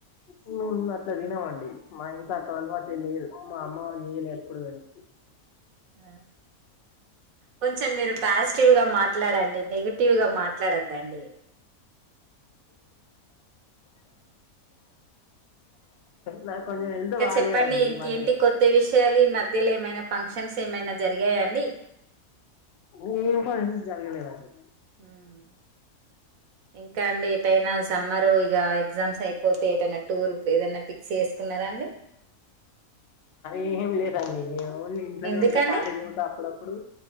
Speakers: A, on the left (about 60°); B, on the right (about 70°).
A: హ్మ్ అట్లా తనమండి మా ఇంట్లో అక అలవాటే ఏ లేదు మా అమ్మ వాళ్ళు చేయలే ఎప్పుడు గాని
B: అ కొంచం మీరు పాజిటివ్ గా మాట్లాడండి నెగటివ్ గా మాట్లాడొద్దండి
A: నాకు
B: హ్మ్
A: కొంచెం హెల్త్
B: ఇంకా
A: బాలేదండి
B: చెప్పండి ఇంకేంటి
A: ఈ మధ్య
B: కొత్త విషయాలు ఈ మధ్యలో ఏమైనా ఫంక్షన్స్ ఏమైనా జరిగాయండి
A: ఏం ఫంక్షన్స్ జరగలేదండి
B: హ్మ్ ఇంకా అండి ఎటైనా సమ్మరు ఇగ ఎగ్జామ్స్ అయిపోతే ఎటైనా టూర్ ఏదన్న ఫిక్స్ చేసుకున్నారా అండి
A: ఏం లేదండి నే ఓన్లీ ఇంట్లోనే
B: ఎందుకండి
A: ఉంటా కాలేజీ పోత అప్పుడప్పుడు